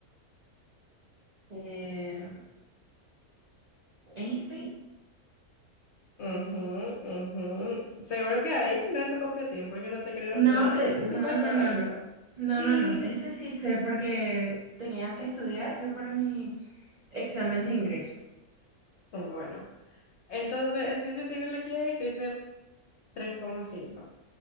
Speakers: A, on the right; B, on the left.
A: eh, Einstein.
B: Ujú, ujú. Seguro que ahí tienes tu copia, Tim, porque no te creo
A: No,
B: nada
A: te,
B: que te
A: no,
B: sepas
A: no,
B: todo
A: no,
B: esto.
A: no. No,
B: <laughs>
A: no, no. Ese sí sé porque tenía que estudiar yo para mi examen de ingreso.
B: Bueno, entonces en ciencia y tecnología hiciste tres coma cinco